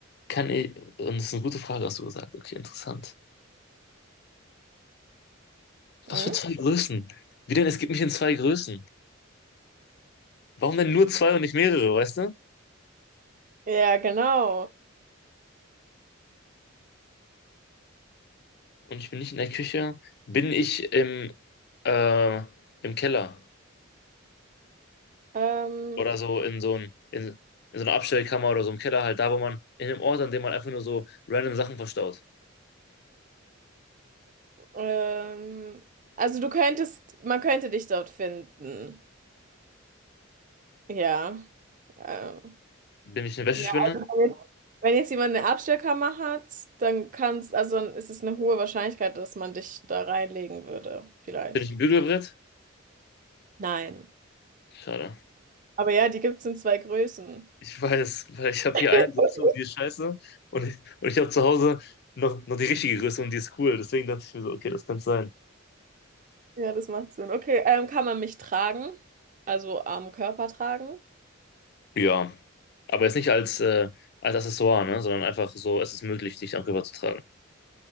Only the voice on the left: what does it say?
Kann ich, und das ist eine gute Frage, hast du gesagt. Okay, interessant. Was
für zwei Größen? Wie denn? Es gibt mich in zwei Größen. Warum denn nur zwei und nicht mehrere, weißt du?
und ich bin nicht in der Küche, bin ich im, äh, im Keller
oder so in so ein, in, in so einer Abstellkammer oder so im Keller, halt da, wo man, in dem Ort, an dem man einfach nur so random Sachen verstaut.
Bin ich eine
Wäschespinne?
Bin ich ein Bügelbrett?
Schade.
Ich weiß, weil ich habe
hier eine Größe und die ist scheiße und ich, und ich habe zu Hause noch, noch die richtige Größe und die ist cool. Deswegen dachte ich mir so, okay, das kann sein.
Ja, aber jetzt nicht als, äh, als Accessoire, ne, sondern einfach so, es ist möglich, dich darüber zu tragen.